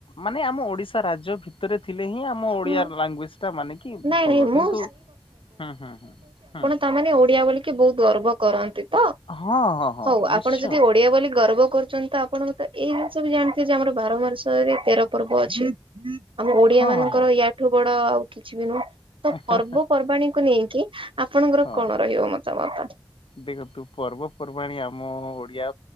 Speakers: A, on the left; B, on the right.
A: ମାନେ ଆମ ଓଡିଶା ରାଜ୍ୟ ଭି ତରେ ଥିଲେ ହିଁ ଆମ ଓଡିଆ
B: ହଁ
A: ଲାଙ୍ଗୁଏଜ ଟା ମାନେ କି
B: ନାଇଁ
A: ଭଲ
B: ନାଇଁ ମୁଁ
A: କିନ୍ତୁ ହୁଁ ହୁଁ ହୁଁ ହୁଁ।
B: ତା ମାନେ ଓଡିଆ ବୋଲିକି ବୋହୁତ ଗର୍ବ କରନ୍ତି। ତ
A: ହଁ ହଁ ହଁ
B: ହଉ ଆପଣ
A: ନିଶ୍ଚୟ
B: ଯଦି ଓଡିଆ ବୋଲି ଗର୍ବ କରୁଛନ୍ତି ତ ଆପଣ ମତେ ଏଇ ଜିନିଷ ବି ଜାଣିଥିବେ ଯେ ଆମର ବାର ମାସରେ ତେର ପର୍ବ ଅଛି ଆମ ଓଡିଆ
A: ହଁ
B: ମାନ
A: ହଁ
B: ୟାଠୁ ବଡ ଆଉ କିଛି ବି ନୁହଁ ତ
A: ହଁ
B: ପର୍ବପର୍ବାଣୀକୁ ନେଇକି ଆପଣଙ୍କର
A: ହଁ।
B: କଣ ରହିବ ମତାମତ।
A: ଦେଖନ୍ତୁ ପର୍ବପର୍ବାଣିୀ ଆମ ଓଡିଆ